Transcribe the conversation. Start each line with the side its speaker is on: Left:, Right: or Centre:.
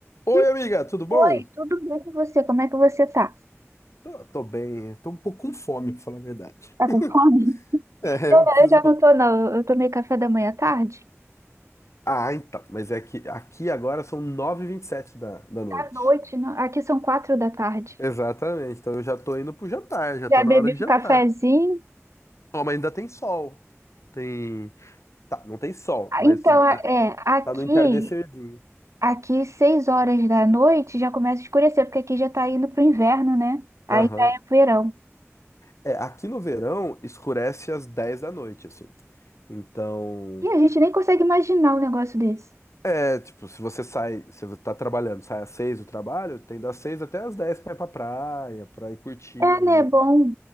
Left: Oi,
Right: E
Left: amiga, tudo bom?
Right: Oi, tudo bem com você? Como é que você tá?
Left: Tô, tô bem, tô um pouco com fome, pra falar a verdade.
Right: Tá
Left: <laughs>
Right: com fome? <laughs>
Left: É, eu preciso.
Right: Eu já não tô, não. Eu tomei café da manhã à tarde.
Left: Ah, então, mas é que aqui agora são nove e vinte e sete da, da noite.
Right: À noite, não. Aqui são quatro da tarde.
Left: Exatamente, então eu já tô indo pro jantar, já
Right: Já
Left: tá
Right: bebi
Left: na hora de jantar.
Right: um cafezinho.
Left: Ó, mas ainda tem sol. Tem. Tá, não tem sol,
Right: Ah,
Left: mas
Right: Então, a-
Left: ah,
Right: é, aqui,
Left: tá no entardecerzinho.
Right: aqui seis horas da noite já começa a escurecer, porque aqui já tá indo pro inverno, né? Aí
Left: Aham.
Right: já é verão.
Left: É, aqui no verão escurece às 10 da noite, assim. Então.
Right: E a gente nem consegue imaginar um negócio desse.
Left: É, tipo, se você sai, se você tá trabalhando, sai às seis do trabalho, tem das seis até às dez pra ir pra praia, pra ir curtir
Right: É,
Left: aí.
Right: né? É bom.